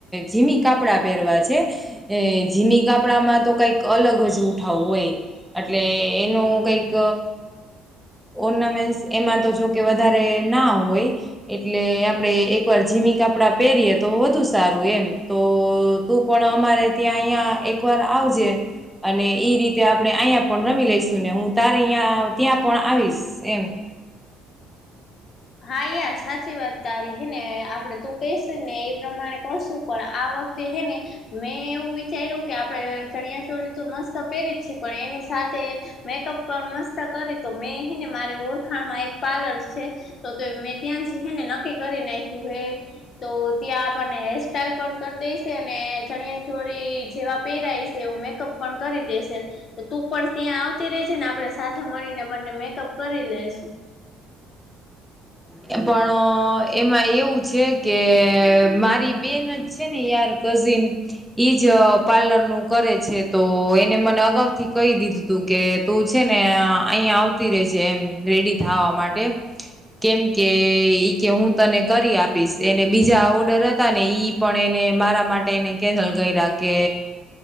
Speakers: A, in the centre; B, on the left.
A: જીમી કાપડા પહેરવા છે જીમી કપડામાં તો કઈક અલગ જ ઉઠાવું હોય એટલે એનું કઈક ઓર્નામેન્ટ એમાં તો જોકે વધારે ના હોય એટલે આપડે એક વાર જીમી કપડા પહેરીએ તો વધુ સારું એમ તો તું પણ અમારે ત્યાં અહીયા એકવાર આવજે અને એઈ રીતે આપડે અહીં પણ રમી લઈશું ને હું તારે અં ત્યાં પણ આવીશ એમ
B: હા યાર સાચી વાત તારી હે ને આપડે તું કેઈશ ને એ પ્રમાણે કરશું પણ વખતે હે ને મેં એવું વિચાર્યું કે આપડે ચણિયા ચોળી તો મસ્ત પહેરી જ છેી પણ એની. સાથે મેકઅપ પણ મસ્ત કરી તો મેંહી ને મારી ઓળખાણમાં એક પાર્લર છે. તો તો મેં ત્યાં જ હેને નક્કી કરી નાખ્યું હે તો ત્યાં આપણને હેર સાઈલ પણ. દે અને ચણિયા ચોળી જેવા પહેરાય છે એવું મેકઅપ પણ કરી દેશે તું પણ. ત્યાં આવતી રહી છે ને આપડે સાથે મળીને બંને મેકઅપ કરી લેસુ.
A: પણ એમાં એવું છે કે મારી બેન જ છે ને યાર ક. ઇ જ પાર્લર નું કરે છે તો એને મને અગાઉ થી કહી દીધું તું કે. તું છે ને અહીિયાં આવતી રેજે એમ રેડી થવા માટે કેમ. કે ઈ કે હું તને કરી આપીશ એને બીજા ઓર્ડર હતા ને ઈ પણ એને મારામાં. કકેન્સલ કર્યા કે